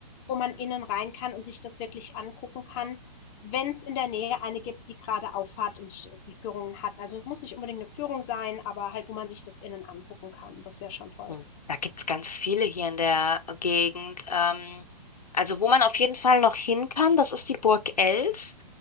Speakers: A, on the left; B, on the left.
A: wo man innen rein kann und sich das wirklich angucken kann, wenn es in der Nähe eine gibt, die gerade auffahrt und die Führungen hat. Also es muss nicht unbedingt eine Führung sein, aber halt, wo man sich das innen angucken kann. Das wäre schon toll.
B: Hm. Da gibt's ganz viele hier in der Gegend. Ähm, also wo man auf jeden Fall noch hin kann, das ist die Burg Els.